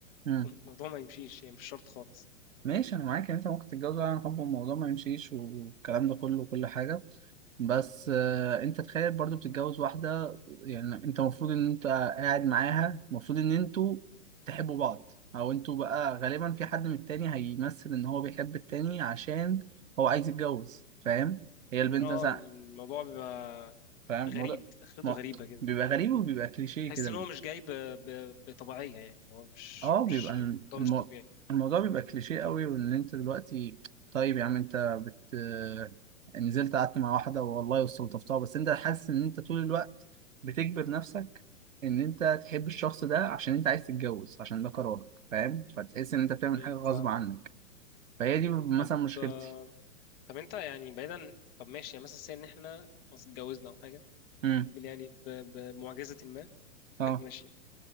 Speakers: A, on the right; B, on the left.
A: مم.
B: الموضوع ما يمشيش هي يعني مش شرط خالص
A: ماشي انا معاك ان انت ممكن تتجوز عن حب والموضوع ما يمشيش والكلام ده كله وكل حاجه بس آه، انت تخيل برضو بتتجوز واحده يعني انت المفروض ان انت قاعد معاها المفروض ان انتوا تحبوا بعض او انتوا بقى غالبا في حد من التاني هيمثل ان هو بيحب التاني عشان هو عايز يتجوز فاهم هي البنت
B: اه
A: مثلا
B: الموضوع بيبقى
A: فاهم الموضوع
B: غريب دخلته
A: ما-
B: غريبه كده
A: بيبقى غريب وبيبقى كليشيه
B: تحس
A: كده
B: ان هو مش جاي ب... ب... بطبيعيه يعني هو مش
A: اه
B: مش
A: بيبقى الم-
B: ده
A: المو...
B: مش طبيعي
A: الموضوع بيبقى كليشيه قوي وان انت دلوقتي طيب يا عم انت بت نزلت قعدت مع واحده والله واستلطفتها بس انت حاسس ان انت طول الوقت بتجبر نفسك ان انت تحب الشخص ده عشان انت عايز تتجوز عشان ده قرارك فاهم فتحس ان انت بتعمل
B: مم،
A: حاجه غصب
B: فاهمك
A: عنك فهي دي مثلا
B: طب
A: مشكلتي
B: آه، طب انت يعني بعيدا طب ماشي يعني مثلا سي ان احنا خلاص اتجوزنا او حاجه
A: امم
B: بال- يعني ب... بمعجزه ما <laughs>
A: اه
B: ماشي